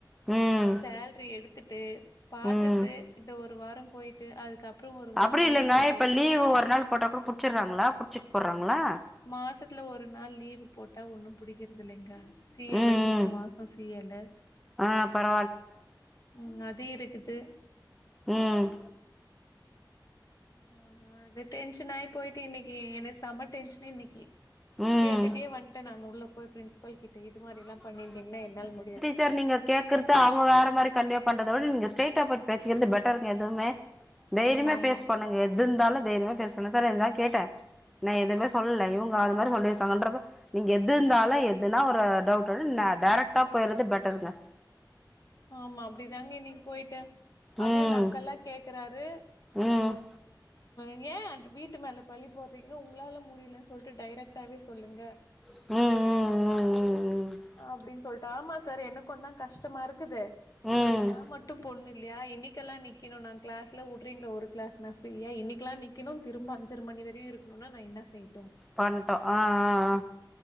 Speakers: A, in the centre; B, on the left.
A: ம்
B: சேல்ரி எடுத்துட்டு பாக்கற்து
A: ம்
B: இந்த ஒரு வாரம் போயிட்டு அதுக்கப்றோ ஒரு வாரோ
A: அப்டி
B: லீவ்
A: இல்லங்க
B: போட்றது.
A: இப்ப லீவு ஒரு நாள் போட்டா கூட புடு ச்சிர்றாங்களா புட்ச்சிட் போட்றாங்ளா?
B: மாசத்ல ஒரு நாள் லீவு போட்டா ஒன்னும் புடிக்கிறது இல்லிங்கா. சீ எல்
A: ம்
B: இருக்குது
A: ம்
B: மாசோ சீ எல்லு
A: ஆ பர
B: ம் அது இருக்கிது.
A: ம்.
B: ஆ அது டென்ஷன் ஆயி போயிட்டு இன்னிக்கி எனக் செம டென்ஷன் இன்னிக்கி.
A: ம்
B: கேட்டுட்டே வந்ட்டே நானு உள்ள போய் பிரின்ஸ்பல் கிட்ட இது மாரி எல்லா பண்ணிர்ந்திங்ன்னா என்னால் முடியா
A: டர் நீங்க கேக்கறத்த அவுங்க வேற மாரி கன்வே பண்றத விட நீங்க ஸ்ட்ரெய்டா போய்ட் பேசிக்கிறது பெட்டருங்க எதுமே. தைரிமா
B: ஆமா ஆமா
A: ஃபேஸ் பண்ணுங்க எது இந்தாலு தைரிமா ஃபேஸ் பண்ணு சார் இதுதா கேட்டே. நா எதுமே சொல்லல இவுங்க அது மாரி சொல்லிருக்காங்கன்றப்ப நீங்க எது இந்தாலு எதுனா ஒ ரு டவுட்டுன் ந டேரக்ட்டா போய்ர்றது பெட்டருங்க.
B: ஆமா அப்டிதாங்க இன்னிக்கி போய்ட்டே அதையு
A: ம்
B: நக்கலா கேக்கறாரு
A: ம்
B: ங்க. அ ஏ டு வீட்டு மேல பழி போட்றிங்க உங்குளால முடிலன் சொல்ட்டு டைரெக்டாவே சொல்லுங்க.
A: ம் ம் ம் ம் ம்.
B: அப்டின் சொல்ட்டு ஆமா சார் எனக்குந்தா கஷ்டமாரு க்குது
A: ம் ம்
B: நா மட்டு பொண்ணு இல்லியா இன்னிக்கல்லா நிக்கிணு நா கிளாஸ் ல உட்றிங்ளா ஒரு கிளாஸ்னா ஃப்ரீயா இன்னிக்குலா நிக்குணு திரும்ப அஞ்சர மணி வரையு இருக்ணுனா நா என்ன செய்ட்டு.
A: பண்ட்டோ அ அ அ